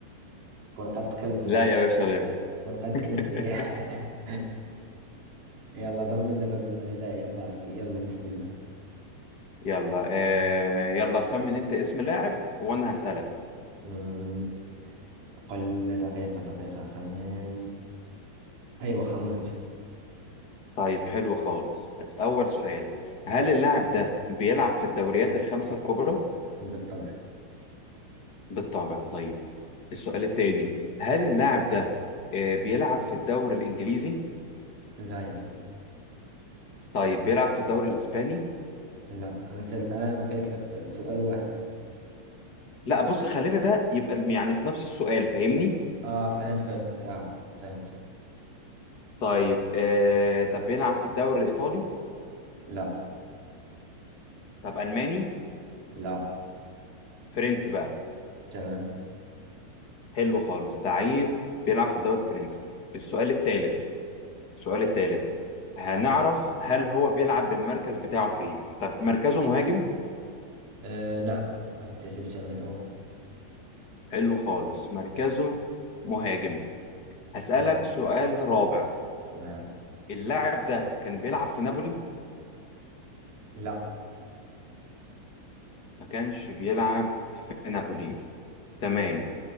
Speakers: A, on the right; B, on the left.
A: اكون قد كلمتك
B: لا
A: يعني.
B: يا باشا لا
A: ونقد
B: <laughs>
A: كلمتك <laughs> يلا ضمنا ضمنا غذاء يا صاحبي يلا بسم الله
B: يلا آه يلا خمن انت اسم لاعب وانا هسألك
A: أمم، قل لنا دقيقة دقيقة خمن أيوة خمنت
B: طيب حلو خالص بس اول سؤال هل اللاعب ده بيلعب في الدوريات الخمسة الكبرى؟
A: بالطبع
B: بالطبع طيب السؤال التاني هل اللاعب ده آه بيلعب في الدوري الانجليزي؟
A: لا يا صديقي
B: طيب بيلعب في الدوري الاسباني؟
A: لا أنت الآن بقيت لك سؤال واحد
B: لا بص خلينا ده يبقى يعني في نفس السؤال فاهمني؟
A: آه فهمت فهمت آه فهمت
B: طيب آه طب بيلعب في الدوري الإيطالي
A: لا
B: طب ألماني
A: لا
B: فرنسي بقى
A: تمام
B: حلو خالص لعيب بيلعب في الدوري الفرنسي السؤال الثالث السؤال الثالث هنعرف هل هو بيلعب بالمركز بتاعه فين طب مركزه مهاجم
A: آه نعم أنت جبتها من الأول
B: حلو خالص مركزه مهاجم هسألك
A: أمم،
B: سؤال رابع
A: نعم
B: اللاعب ده كان بيلعب في نابولي
A: لا
B: ما كانش بيلعب في نابولي تمام